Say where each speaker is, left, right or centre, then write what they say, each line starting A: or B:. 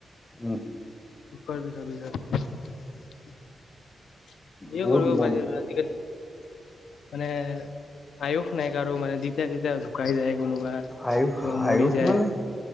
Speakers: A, on the left; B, on the left.
A: উম।
B: দুখৰ বিষয়, <unintelligible> সে
A: বহুত
B: কৰিব <unintelligible>
A: মন
B: পাৰি <unintelligible> মানে আহওষ নাই কাৰাৰো মানে জীতে তিতয়া শুকাই যায় কোনোবা, কোনবা
A: আয়ুস
B: মৰি
A: আয়ুস
B: যায়।
A: মানে